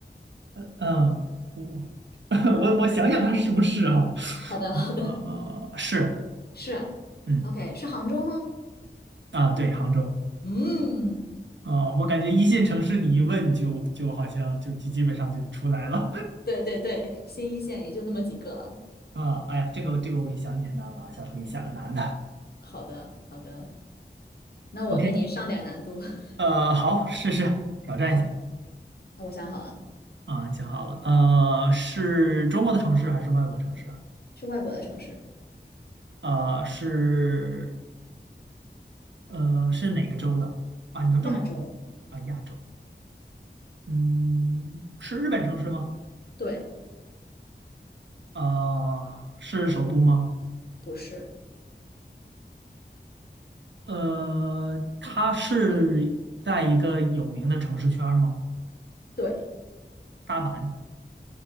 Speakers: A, on the right; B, on the left.
A: 嗯，我 <laughs> 我我想想它是不是哈、
B: 好的，好的，
A: 呃，是，
B: 是啊。
A: 嗯，
B: OK，是杭州吗？
A: 啊，对，杭州，
B: 嗯，
A: 啊，我感觉一线城市你一问就就好像就基基本上就出来了，
B: 对对对，新一线也就那么几个了。
A: 啊，哎呀，这个这个我给你想简单了啊，下次给你想个难的。
B: 好的，好的，那我给你上点难度。
A: OK，
B: <laughs>
A: 呃，好，试试挑战一下
B: 好，那我想好了，
A: 啊，你想好了？呃，是中国的城市还是外国城市啊？
B: 是外国的城市，
A: 呃，是呃是哪个州的啊？你能这么
B: 亚洲，
A: 啊？亚洲，嗯，是日本城市吗？
B: 对，
A: 啊，是首都吗？
B: 不是，
A: 呃，它是在一个有名的城市圈儿吗？
B: 对，
A: 大阪，